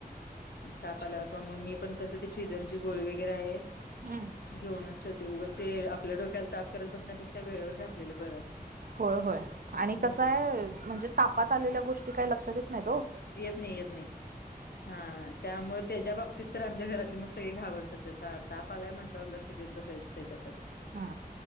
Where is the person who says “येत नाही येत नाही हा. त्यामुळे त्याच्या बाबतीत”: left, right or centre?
Left